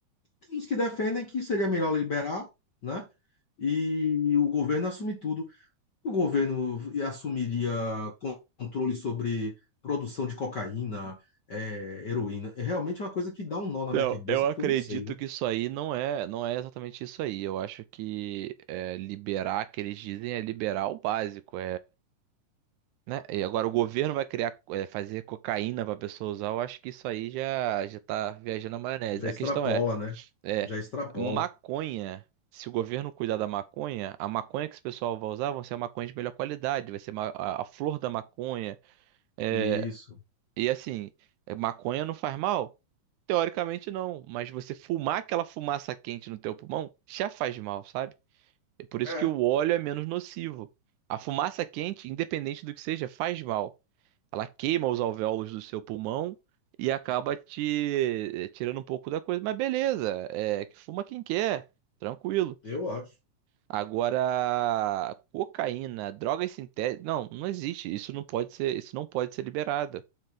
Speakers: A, on the left (about 55°); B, on the right (about 80°).
A: Tem uns que defendem que seria melhor liberar, né? E o governo assume tudo. O governo assumiria controle sobre produção de cocaína, é, heroína. É realmente uma coisa que dá um nó na
B: Não,
A: minha cabeça,
B: eu acredito
A: porque eu não sei, né?
B: que isso aí não é, não é exatamente isso aí. Eu acho que é, liberar, que eles dizem, é liberar o básico. né? E agora o governo vai criar, eh, fazer cocaína para pessoa usar, eu acho que isso aí já já tá viajando a maionese.
A: Já
B: A
A: extrapola,
B: questão é,
A: né?
B: é,
A: Já extrapola.
B: maconha, se o governo cuidar da maconha, a maconha que esse pessoal vai usar vão ser a maconha de melhor qualidade, vai ser ma- a, a flor da maconha. é,
A: Isso.
B: E assim, eh, maconha não faz mal? Teoricamente não, mas você fumar aquela fumaça quente no teu pulmão já faz mal, sabe? É por isso
A: É,
B: que o óleo é menos nocivo. A fumaça quente, independente do que seja, faz mal. Ela queima os alvéolos do seu pulmão e acaba te eh, tirando um pouco da coisa. Mas beleza, é que fuma quem quer, tranquilo.
A: eu acho.
B: Agora, cocaína, drogas sintéticas, não, não existe. Isso não pode ser, isso não pode ser liberado.